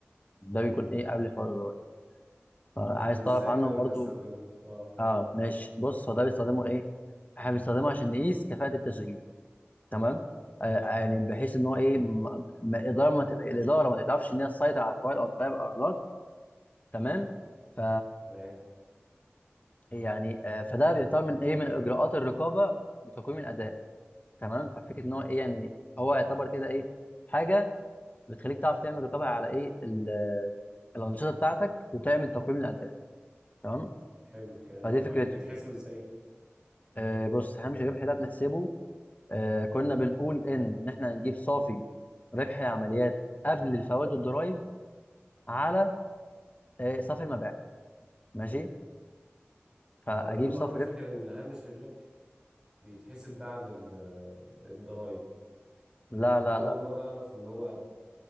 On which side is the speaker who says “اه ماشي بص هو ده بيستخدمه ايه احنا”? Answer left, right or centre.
Left